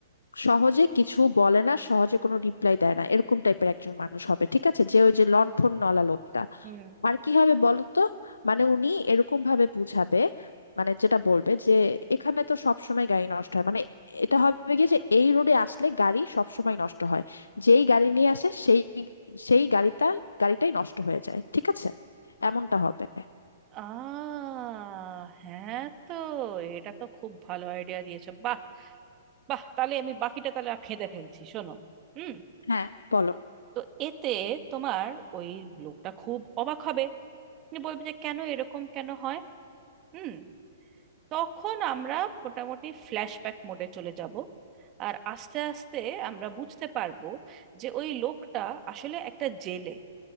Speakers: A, on the left; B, on the right.
A: সহজে কিছু বলে না সহজে কোনো রিপ্লাই দেয় না এরকম টাইপের একজন মানুষ হবে ঠিক আছে যে ওই যে লণ্ঠন নলা লোকটা
B: হুম
A: আর কি হবে বলো তো মানে উনি এরকম ভাবে বুঝাবে মানে যেটা বলবে যে এখানে তো সব সময় গাড়ি নষ্ট হয় মানে এটা হবে কি যে এই রোডে আসলে গাড়ি সব সময় নষ্ট হয় যেই গাড়ি নিয়ে আসে সেই সেই গাড়িটাই গাড়িটাই নষ্ট হয়ে যায় ঠিক আছে এমনটা হবে
B: আহ হ্যাঁ তো এটা তো খুব ভালো আইডিয়া দিয়েছো বাহ বাহ তাহলে আমি বাকিটা তাহলে আর ফেঁদে ফেলছি শোনো হুম
A: হ্যাঁ বলো
B: তো এতে তোমার ওই লোকটা খুব অবাক হবে উনি বলবে যে কেন এরকম কেন হয় হুম তখন আমরা মোটামুটি ফ্ল্যাশব্যাক মোডে চলে যাব আর আস্তে আস্তে আমরা বুঝতে পারবো যে ওই লোকটা আসলে একটা জেলে